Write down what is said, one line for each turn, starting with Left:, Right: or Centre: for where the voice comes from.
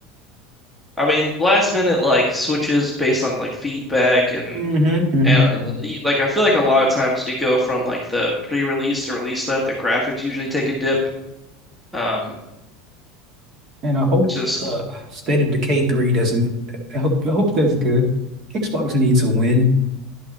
Centre: I mean, last minute like switches based on like feedback and
Right: hmm hmm
Centre: and uh, the- like I feel like a lot of times when you go from like the pre-release to release stuff, the graphics usually take a dip. Um,
Right: And I hope
Centre: it's just
Right: uh, State of Decay 3 doesn't I hope I hope that's good. Xbox needs a win.